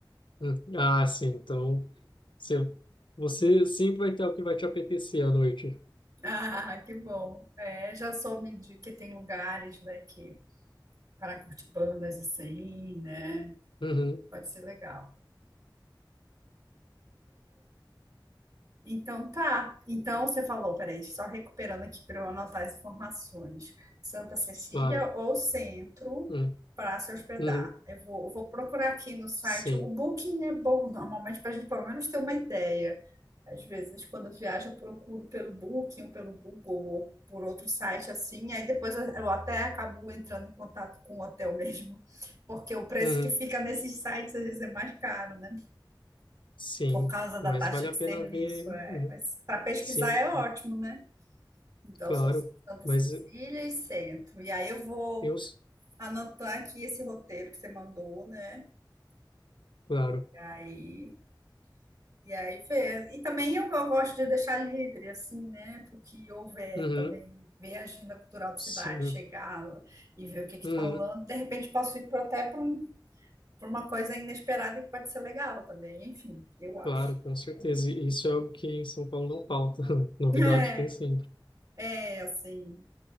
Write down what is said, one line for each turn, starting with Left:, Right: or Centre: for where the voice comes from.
Left: Hum. Ah, sim. Então, você, você sempre vai ter o que vai te apetecer à noite.
Right: <laughs> Ah, que bom. É, já soube de que tem lugares, né, que para curtir bandas assim, né?
Left: Uhum,
Right: Pode ser legal. Então tá. Então você falou, peraí, só recuperando aqui para eu anotar as informações. Santa Cecília
Left: claro.
Right: ou Centro
Left: Hum,
Right: para se hospedar.
Left: uhum,
Right: Eu vou, eu vou procurar aqui no site.
Left: sim.
Right: O Booking é bom normalmente para a gente pelo menos ter uma ideia. Às vezes, quando eu viajo, eu procuro pelo Booking, ou pelo Google, ou por outro site assim, aí depois eu eu até acabo entrando em contato com o hotel mesmo, porque o preço
Left: Uhum,
Right: que fica nesses sites às vezes é mais caro, né?
Left: sim.
Right: por causa da
Left: Mas
Right: taxa
Left: vale
Right: de
Left: a
Right: serviço.
Left: pena ver.
Right: É.
Left: Uhum,
Right: Mas para pesquisar
Left: sim,
Right: é ótimo, né? Então,
Left: claro.
Right: só Santa
Left: Mas
Right: Cecília e Centro. E aí eu vou
Left: eu,
Right: anotar aqui esse roteiro que você mandou, né?
Left: claro.
Right: E aí, e aí ver. E também eu go- gosto de deixar livre, assim, né? Porque houver
Left: Uhum,
Right: também, ver a agenda cultural da
Left: sim.
Right: cidade, chegar e ver o que está
Left: Uhum,
Right: rolando. De repente posso ir pra- até para uma coisa inesperada que pode ser legal também. Enfim, eu acho.
Left: claro, com certeza. E isso é algo que em São Paulo não falta. <laughs> Novidade
Right: <laughs> É,
Left: tem sempre.
Right: é assim.